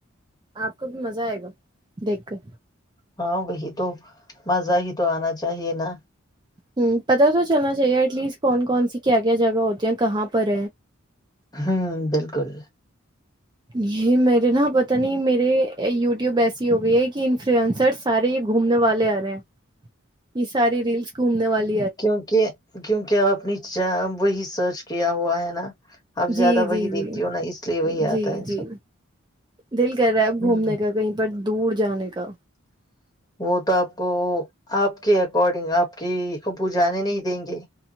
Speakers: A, on the right (about 20°); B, on the left (about 20°).
A: آپ کو بھی مزہ آئے گا دیکھ کر
B: ہاں وہی تو مزہ ہی تو آنا چاہیے نا
A: ہوں پتا تو چلنا چاہیے ایٹسٹ کون کون سی کیا کیا جگہ ہوتی ہیں کہاں پر
B: ہوں بالکل
A: جی میرے نا پت نہیں میرے یو و ایسی ہو گئی ہے کہ انفلوئنسر سارے یہ گھومنے والے آ رہے ہیں یہ ساری ریلس گھومنے والے
B: کیونکہ کیونکہ آ اپنی اچھا وہی سرچ کیا ہوا ہے نا آپ
A: جی
B: زیادہ وہی
A: جی جی
B: دیکھتی ہو نا اس لیے وہی آتا
A: جی
B: ہے
A: جی
B: سب
A: دل کر رہا اب گھومنے
B: ہوں
A: کا کہیں پر دور جانے کا
B: وہ تو آپ کو آپ کے اکارڈنگ آپ کی ابو جانے نہیں دیں گے